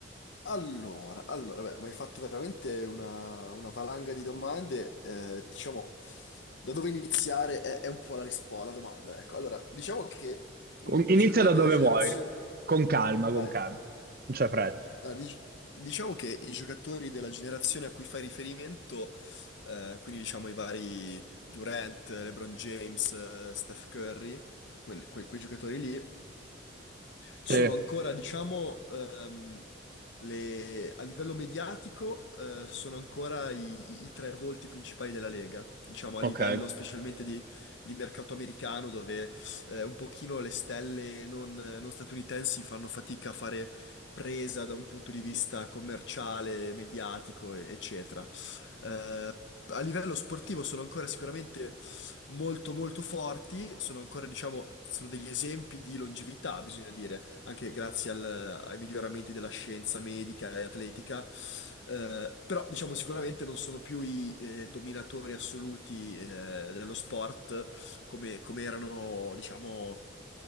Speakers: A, on the left; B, on the right.
A: Allora, allora, beh, mi hai fatto veramente una, una valanga di domande. eh, diciamo, da dove iniziare è, è un po' la risposta, la domanda, ecco. Allora, diciamo che mh,
B: Con- Inizia
A: i giocatori
B: da dove
A: della generazione...
B: vuoi, con calma,
A: Vai.
B: con calma, non c'è fretta.
A: Allora, dic- diciamo che i giocatori della generazione a cui fai riferimento, eh, quindi diciamo i vari Durant, LeBron James, eh, Steph Curry, quel- quei quei giocatori lì, sono
B: Sì,
A: ancora, diciamo, ehm, le- a livello mediatico, eh, sono ancora i, i tre volti principali della Lega, diciamo, a
B: ok,
A: livello specialmente di, di mercato americano, dove eh, un pochino le stelle non, non statunitensi fanno fatica a fare presa da un punto di vista commerciale, mediatico, e- eccetera. Eh, a livello sportivo sono ancora sicuramente molto molto forti, sono ancora, diciamo, sono degli esempi di longevità, bisogna dire anche grazie al- ai miglioramenti della scienza medica e atletica. Eh, però, diciamo, sicuramente non sono più i eh, dominatori assoluti eh, dello sport come, come erano, diciamo,